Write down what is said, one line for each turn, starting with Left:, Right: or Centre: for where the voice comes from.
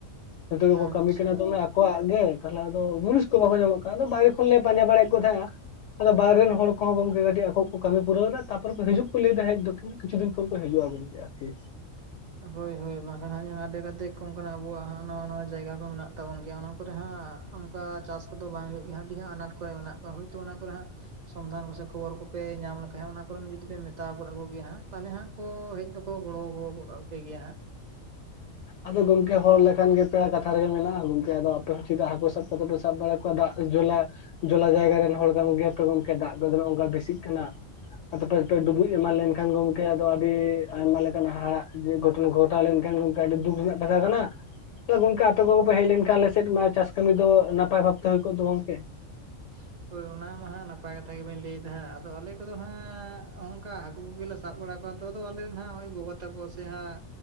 Left: ᱡᱚᱛᱚ ᱜᱮᱠᱚ
Right: ᱟᱪᱪᱷᱟ
Left: ᱠᱟᱹᱢᱤ ᱠᱟᱱᱟ ᱫᱚᱢᱮ ᱟᱠᱚᱣᱟᱜ ᱜᱮ। ᱛᱟᱦᱚᱞᱮ ᱟᱫᱚ ᱢᱩᱱᱤᱥ ᱠᱚ ᱵᱟᱠᱚ ᱧᱟᱢᱚᱜ ᱠᱟᱱᱟ ᱟᱫᱚ ᱵᱟᱭᱨᱮ ᱠᱷᱚᱱ ᱞᱮ ᱯᱟᱸᱡᱟ ᱵᱟᱲᱟᱭᱮᱫ ᱠᱚ ᱛᱟᱦᱮᱜᱼᱟ। ᱟᱫᱚ ᱵᱟᱭᱨᱮ ᱨᱮᱱ ᱦᱚᱲ ᱠᱚᱦᱚᱸ ᱜᱚᱢᱠᱮ ᱠᱟᱹᱴᱤᱡ ᱟᱠᱚ ᱠᱚ ᱠᱟᱹᱢᱤ ᱯᱩᱨᱟᱹᱣ ᱮᱫᱟ ᱛᱟᱨᱯᱚᱨ ᱠᱚ ᱦᱤᱡᱩᱜ ᱠᱚ ᱞᱟᱹᱭᱮᱫᱟ, ᱦᱮᱡ ᱫᱚ ᱤᱱ ᱠᱤᱪᱷᱩ ᱫᱤᱱ ᱯᱚᱨ ᱠᱚ ᱦᱤᱡᱩᱜᱼᱟ ᱜᱚᱢᱠᱮ। ᱟᱨ ᱠᱤ
Right: ᱦᱳᱭ ᱦᱳᱭ ᱵᱟᱝᱠᱷᱟᱱ ᱦᱟᱸᱜ ᱟᱰᱮ ᱜᱟᱛᱮ ᱠᱚ ᱚᱱᱠᱟᱱᱟᱜ ᱟᱵᱚᱣᱟᱜ ᱦᱟᱸᱜ ᱱᱟᱣᱟ ᱱᱟᱣᱟ ᱡᱟᱭᱜᱟ ᱠᱚ ᱢᱮᱱᱟᱜ ᱛᱟᱵᱚᱱ ᱜᱮᱭᱟ ᱚᱱᱟ ᱠᱚᱨᱮ ᱦᱟᱸᱜᱼᱼ ᱚᱱᱠᱟ ᱪᱟᱥ ᱠᱚᱫᱚ ᱵᱟᱝ ᱦᱩᱭᱩᱜ ᱜᱮᱭᱟ ᱟᱹᱰᱤ ᱟᱱᱟᱴ ᱠᱚᱨᱮ ᱢᱮᱱᱟᱜ ᱠᱚᱣᱟ ᱦᱚᱭᱛᱳ ᱚᱱᱟ ᱠᱚᱨᱮ ᱦᱟᱸᱜ ᱥᱚᱱᱫᱷᱟᱱ ᱠᱚᱥᱮ ᱠᱷᱚᱵᱚᱨ ᱠᱚᱯᱮ ᱧᱟᱢ ᱞᱮᱠᱷᱟᱡ ᱚᱱᱟ ᱠᱚᱨᱮᱱ ᱡᱩᱫᱤ ᱯᱮ ᱢᱮᱛᱟᱣ ᱜᱚᱫ ᱟᱠᱚ ᱜᱮᱭᱟ ᱦᱟᱸᱜ ᱛᱟᱦᱚᱞᱮ ᱦᱟᱸᱜ ᱠᱚ ᱦᱮᱡ ᱫᱚᱠᱚ ᱜᱚᱲᱚ ᱜᱚᱫ ᱟᱯᱮ ᱜᱮᱭᱟ ᱦᱟᱸᱜ।
Left: ᱟᱫᱚ ᱜᱚᱝᱠᱮ ᱦᱚᱲ ᱞᱮᱠᱟᱱ ᱜᱮ ᱯᱮᱲᱟ ᱠᱟᱛᱷᱟ ᱨᱮᱜᱮ ᱢᱮᱱᱟᱜ-ᱟ, ᱜᱚᱢᱠᱮ ᱟᱫᱚ ᱟᱯᱮ ᱦᱚᱸ ᱪᱮᱫᱟᱜ ᱦᱟᱠᱩ ᱥᱟᱵ ᱠᱟᱛᱮ ᱯᱮ ᱥᱟᱵ ᱵᱟᱲᱟ ᱠᱚᱣᱟ ᱫᱟᱜ ᱡᱚᱞᱟᱼᱼ ᱡᱚᱞᱟ ᱡᱟᱭᱜᱟ ᱨᱮᱱ ᱦᱚᱲ ᱠᱟᱱ ᱜᱮᱭᱟᱯᱮ ᱜᱚᱝᱠᱮ ᱫᱟᱜ ᱠᱚᱫᱚ ᱱᱚᱜᱼᱚ ᱱᱚᱝᱠᱟ ᱵᱮᱥᱤᱜ ᱠᱟᱱᱟ ᱾ ᱟᱫᱚ ᱯᱮ ᱰᱩᱵᱩᱡ ᱮᱢᱟᱱ ᱞᱮᱱᱠᱷᱟᱱ ᱜᱚᱝᱠᱮ ᱟᱫᱚ ᱟᱹᱰᱤ ᱟᱭᱢᱟ ᱞᱮᱠᱟᱱᱟᱜ ᱦᱟᱲᱟᱜ ᱜᱷᱚᱴᱚᱱᱟ ᱜᱷᱚᱴᱟᱣ ᱞᱮᱱᱠᱷᱟᱱ ᱜᱚᱝᱠᱮᱼᱼ ᱟᱰᱤ ᱫᱩᱠ ᱨᱮᱱᱟᱜ ᱠᱟᱛᱷᱟ ᱠᱟᱱᱟ ᱾ ᱟᱫᱚ ᱜᱚᱝᱠᱮ ᱟᱯᱮ ᱠᱚᱜᱮ ᱯᱮ ᱦᱮᱡ ᱞᱮᱱᱠᱷᱟᱱ ᱟᱞᱮᱥᱮᱫ ᱢᱟ ᱪᱟᱥ ᱠᱟᱹᱢᱤ ᱫᱚ ᱱᱟᱯᱟᱭ ᱵᱷᱟᱵᱽᱛᱮ ᱦᱩᱭ ᱠᱚᱜ ᱫᱚ ᱜᱚᱝᱠᱮ ᱾
Right: <unintelligible> ᱦᱳᱭ ᱚᱱᱟ ᱢᱟ ᱦᱟᱸᱜ ᱱᱟᱯᱟᱭ ᱠᱟᱛᱷᱟ ᱜᱮ ᱵᱮᱱ ᱞᱟᱹᱭᱮᱫ ᱦᱟᱸᱜ ᱟᱫᱚ ᱟᱞᱮ ᱠᱚᱫᱚ ᱦᱟᱸᱜ ᱚᱱᱠᱟ ᱦᱟᱹᱠᱩ ᱠᱚᱜᱮ ᱞᱮᱼᱼ ᱥᱟᱵ ᱵᱟᱲᱟ ᱠᱚᱣᱟ ᱛᱚ ᱫᱚ ᱟᱞᱮ ᱫᱚ ᱦᱟᱸᱜ, ᱳᱭ ᱜᱚᱜᱚ ᱛᱟᱠᱚ ᱥᱮ ᱦᱟᱸᱜᱼᱼ